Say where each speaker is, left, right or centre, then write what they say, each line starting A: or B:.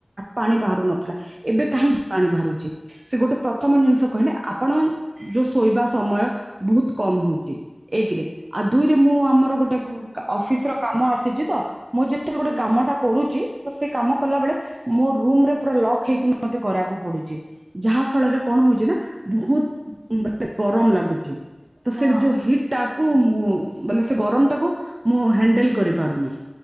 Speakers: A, on the right; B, on the right.
A: ପାଣି ବାହାରୁ ନଥିଲା, ଏବେ କାହିଁକି ପାଣି ବାହାରୁଚି। ସେ ଗୋଟେ ପ୍ରଥମ ଜିନିଷ କହିଲେ, ଆପଣ ଯୋଉ ଶୋଇବା ସମୟ ବହୁତ୍ କମ୍ ହଉଚି। ଏକରେ ଆଉ ଦୁଇରେ ମୁଁ ଆମର ଗୋଟେ
B: ହୁଁ
A: ଅଫିସ୍ ର କାମ ଆସିଛି ତ ମୁଁ ଯେତେବେଳେ ଗୋଟେ
B: ହୁଁ
A: କାମ ଟା କରୁଚି ତ ସେ କାମ କଲାବେଳେ ମୋ ରୁମ ରେ ପୁରା ଲକ୍ ହେଇକି ମତେ କରିବାକୁ ପଡୁଛି। ଯାହା ଫଳରେ କଣ ହଉଛି ନା ବହୁତ ଗରମ ଲାଗୁଛି। ତ ସେ
B: ହଁ।
A: ଯୋଉ ହିଟ୍ ଟାକୁ ମୁଁ ବ ସେ ଗରମ ଟାକୁ ମୁଁ ହ୍ୟାଣ୍ଡେଲ କରିପାରୁନି।